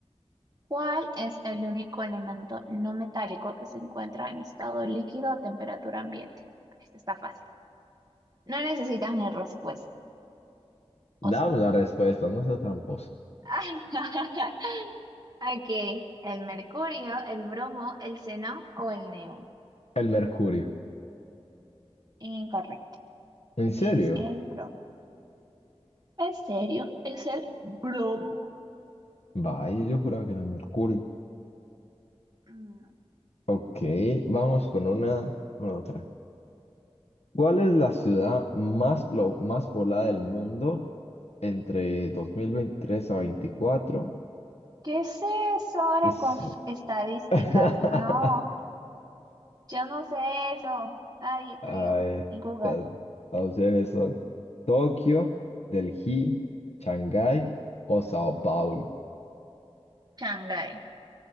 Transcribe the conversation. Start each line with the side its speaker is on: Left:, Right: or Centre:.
Right: ¿Cuál es el único elemento no metálico que se encuentra en estado líquido a temperatura ambiente? Este está fácil. No necesitas ni respuesta.
Left: Dame
Right: O sí.
Left: la respuesta, no sea tramposo.
Right: <laughs> Ok, el mercurio, el bromo, el xenón o el neón.
Left: El mercurio.
Right: Incorrecto,
Left: ¿En serio?
Right: es el bromo. En serio, es el bromo.
Left: Vaya, yo juraba que era el mercurio.
Right: No.
Left: Ok, vamos con una, con otra. ¿Cuál es la ciudad más, plo- más poblada del mundo entre 2023 a 24?
Right: ¿Qué es eso ahora
Left: Sí.
Right: con <laughs> f- estadísticas?
Left: <laughs>
Right: No, yo no sé eso. Nadie
Left: Ah,
Right: creo.
Left: eh,
Right: Y Google.
Left: las las opciones son Tokio, Delhi, Shanghái o Sao Paulo.
Right: Shanghái.